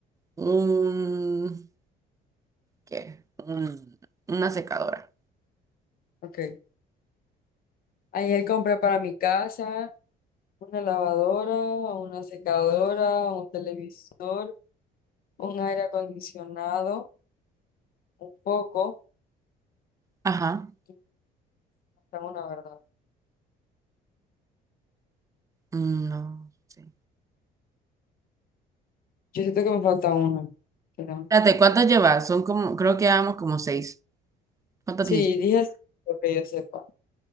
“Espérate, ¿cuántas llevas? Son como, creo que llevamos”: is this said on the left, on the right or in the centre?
Right